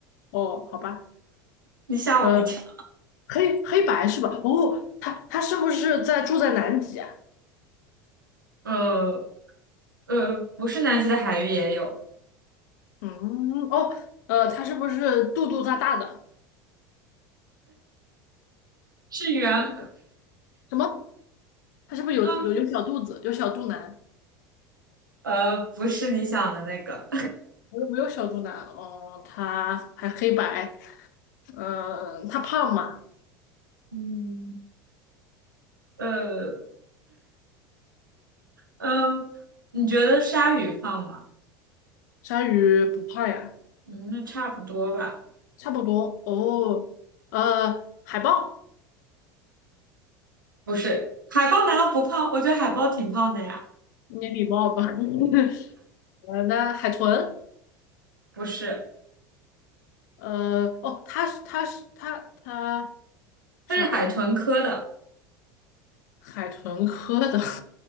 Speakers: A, on the left (about 60°); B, on the right (about 75°).
A: 哦，好吧，
B: 你吓我一跳。
A: 呃，黑黑白是吧？哦，它它是不是在住在南极啊？
B: 呃呃，不是南极的海域也有，
A: 嗯，哦，呃，它是不是肚肚大大的？
B: 是原
A: 它是不是什么？它是不是有有有小肚子，
B: 嗯，
A: 有小肚腩？
B: 呃，不是你想的那个，
A: 我有没有小肚腩，哦，它还黑白，嗯、它胖吗？
B: 嗯，呃，嗯，你觉得鲨鱼胖吗？
A: 鲨鱼不胖呀，
B: 嗯，那差不多吧。
A: 差不多哦。呃，海豹，
B: 不是，海豹难道不胖？我觉得海豹挺胖的呀。
A: 你礼貌吧？<laughs> 呃，那海豚，
B: 不是，
A: 呃，哦，它是它是它它
B: 它是海豚科的。
A: 啥呀？海豚科的，